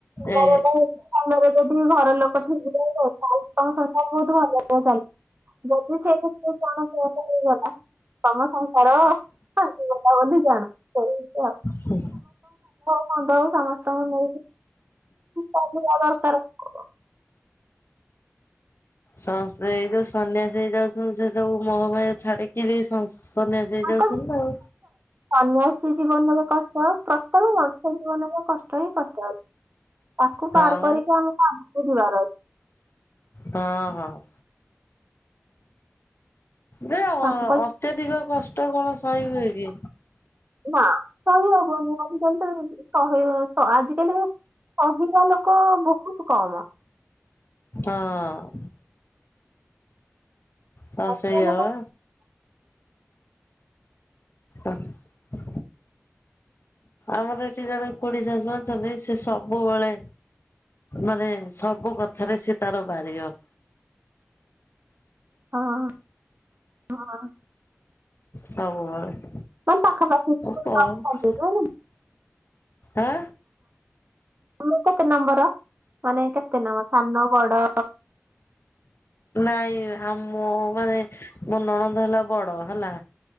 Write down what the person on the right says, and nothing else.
ଭଲରେ
ଯଦି ଘର ଲୋକ ଠିକ୍ <unintelligible> ତମ ସଂସାର ବହୁତ ଭଲ ଚାଲିଛି। ଯଦି ସେ <unintelligible> କଣ <unintelligible> ହେଇଗଲା। ତମ ସଂସାର ଆସିଗଲା ବୋଲି ଜାଣ‌।
<unintelligible> ସମସ୍ତଙ୍କୁ ନେଇକି ଚାଲିଯିବା ଦରକାର।
<unintelligible>
ସନ୍ୟାସୀ ଜୀବନରେ କଷ୍ଟ ପ୍ରତ୍ୟେକ ବର୍ଷ କଷ୍ଟ ହିଁ କଷ୍ଟ ଅଛି ତାକୁ
ପାର କରିକି ଆମ ଆଗକୁ ଯିବାର ଅଛି।
ଅଛି ତାଙ୍କ
ନା ସହି ହବନି ଆଜି କାଲି ତ ସହି ଆଜି କାଲି କହିବା ଲୋକ ବହୁତ କମ
କହିବା
ଲୋକ
ହଁ-ହଁ।
ହଁ ପାଖାପାଖି <unintelligible>
ଅଛନ୍ତି ସବୁ।
ଆମର କେତେ ନମ୍ବର ମାନେ କେତେ ନମ୍ବର ସାନ ବଡ